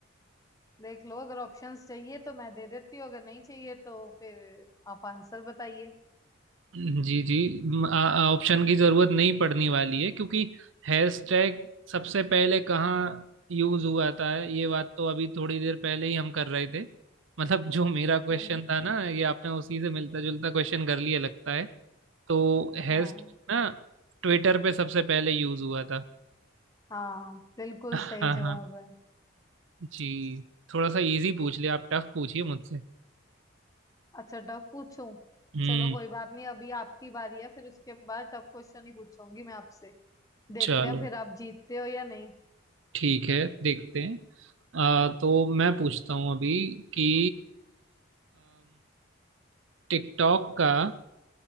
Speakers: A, on the left; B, on the right.
A: देख लो अगर ऑप्शंस चाहिए तो मैं दे देती हूँ अगर नहीं चाहिए तो फिर आप आंसर बताइए
B: जी जी म- आ- ऑप्शन की जरूरत नहीं पड़ने वाली है क्योंकि हैशटैग सबसे पहले कहाँ यूज हुआ था ये बात तो अभी थोड़ी देर पहले ही हम कर रहे थे मतलब जो मेरा क्वेश्चन
A: हम्म
B: था ना ये आपने उसी से मिलता जुलता क्वेश्चन कर लिया लगता है तो हैश
A: हाँ
B: ना ट्विटर पे सबसे पहले यूज हुआ था
A: हाँ बिल्कुल
B: हाँ
A: सही जवाब
B: हाँ
A: है
B: जी थोड़ा सा इजी पूछ लिया आप टफ पूछिए मुझसे
A: अच्छा टफ पूछूं
B: हम्म
A: चलो कोई बात नहीं अभी आपकी बारी है फिर उसके बाद टफ क्वेश्चन ही पूछूंगी मैं आपसे देखते
B: चलो
A: हैं फिर आप जीतते हो या नहीं
B: ठीक है देखते हैं आ, तो मैं पूछता हूँ अभी कि टिकटॉक का